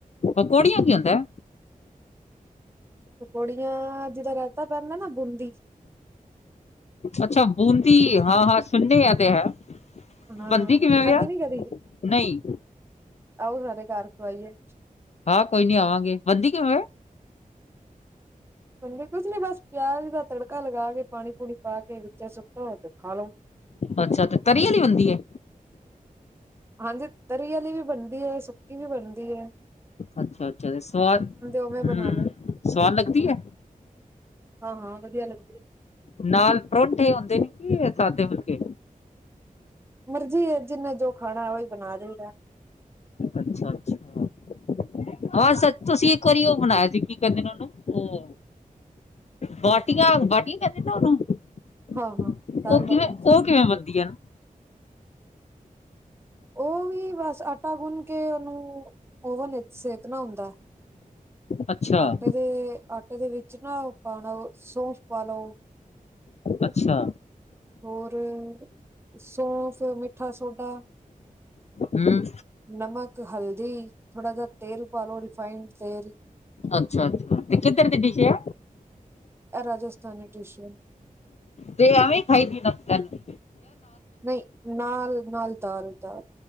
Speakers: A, on the left (about 50°); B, on the right (about 15°).
A: ਪਕੌੜੀਆਂ ਕੀ ਹੁੰਦਾ ਐ?
B: ਪਕੌੜੀਆਂ ਜਿਦਾ ਰੈਤਾ ਪੈਂਦਾ ਨਾ ਬੂੰਦੀ ਚ
A: ਅੱਛਾ ਬੂੰਦੀ ਹਾਂ -ਹਾਂ ਸੁਣਿਆ ਤੇ ਹੈ।
B: ਹੂੰ
A: ਬੰਦੀ ਕਿਵੇਂ
B: ਖਾਦੀ
A: ਵਿਆ
B: ਨਹੀਂ ਕਦੀ।
A: ਨਹੀਂ
B: ਆਓ ਸਾਡੇ ਘਰ ਖਵਾਈਏ।
A: ਹਾਂ ਕੋਈ ਨੀ ਆਵਾਂਗੇ, ਬਣਦੀ ਕਿਵੇਂ ਐ।
B: ਬਣਦੀ ਕੁਝ ਨੀ ਬਸ ਪਿਆਜ ਦਾ ਤੜਕਾ ਲਗਾ ਕੇ ਪਾਣੀ ਪੂਣੀ ਪਾ ਕੇ ਵਿੱਚ ਸੁੱਟੋ ਤੇ ਖਾ ਲੋ।
A: ਅੱਛਾ ਤੇ ਤਰੀ ਆਲੀ ਬਣਦੀ ਐ।
B: ਹਾਂਜੀ ਤਰੀ ਵਾਲੀ ਵੀ ਬਣਦੀ ਐ, ਸੁੱਕੀ ਵੀ ਬਣਦੀ ਐ।
A: ਅੱਛਾ -ਅੱਛਾ ਤੇ ਸੁਆਦ
B: ਉਵੇਂ
A: ਹੂੰ
B: ਬਣਾ ਲੈ
A: ਸੁਆਦ ਲੱਗਦੀ ਹੈ।
B: ਹਾਂ ਹਾਂ ਵਧੀਆ ਲੱਗਦੀ ਹੈ।
A: ਨਾਲ ਪਰੋਠੇ ਹੁੰਦੇ ਨੇ ਕਿ ਸਾਦੇ ਫੁਲਕੇ
B: ਮਰਜੀ ਜਿੰਨਾ ਜੋ ਖਾਣਾ ਉਹੀ ਬਣਾ ਦਈਦਾ।
A: ਅੱਛਾ- ਅੱਛਾ ਹਾਂ ਸੱਚ ਤੁਸੀਂ ਕਰਿਓ ਬਣਾਇਆ ਸੀ ਕੀ ਕਹਿੰਦੇ ਨੇ ਉਹਨੂੰ ਉ ਬਾਟੀਆਂ- ਬਾਟੀਆਂ ਕਹਿੰਦੇ ਨੇ ਉਹਨੂੰ।
B: ਹਾਂ ਹਾਂ ਦਾਲ
A: ਉਹ
B: ਬਾਟੀ
A: ਕਿਵੇਂ ਉਹ ਕਿਵੇਂ ਬਣਦਾ। <inaudible>
B: ਉਹ ਵੀ ਬਸ ਆਟਾ ਗੁੰਨ ਕੇ ਉਹਨੂੰ ਓਵਨ ਵਿੱਚ ਸੇਕਣਾ ਹੁੰਦਾ ਹੈ।
A: ਅੱਛਾ
B: ਆਟੇ ਦੇ ਆਟੇ ਦੇ ਵਿੱਚ ਨਾ ਪਾਣਾ ਸੌਂਫ ਪਾਲੋ।
A: ਅੱਛਾ,
B: ਹੋਰ ਸੌਂਫ, ਮਿੱਠਾ ਸੋਡਾ
A: ਹੂੰ
B: ਨਮਕ, ਹਲਦੀ ਦੇ ਥੋੜਾ ਜਿਹਾ ਤੇਲ ਪਾਲੋ ਰਿਫਾਈੰਡ ਤੇਲ।
A: ਅੱਛਾ -ਅੱਛਾ ਤੇ ਕਿੱਧਰ ਦੀ ਡਿਸ਼ ਐ।
B: ਇਹ ਰਾਜਸਥਾਨੀ ਡਿਸ਼ ਮੈਮ।
A: ਤੇ ਐਵੇਂ ਖਾਈਦੀ ਨਾ ਤਹਾਨੂੰ।
B: ਨਹੀਂ ਨਾਲ ਨਾਲ ਦਾਲ ਦਾਲ